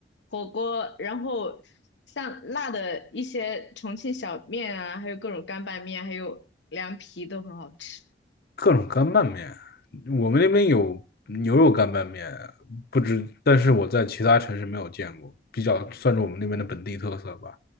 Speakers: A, on the left (about 75°); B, on the left (about 55°).
A: 火锅，然后像辣的一些重庆小面啊，还有各种干拌面，还有凉皮都很好吃。
B: 各种干拌面，我们那边有牛肉干拌面，不知，但是我在其他城市没有见过，比较算是我们那边的本地特色吧。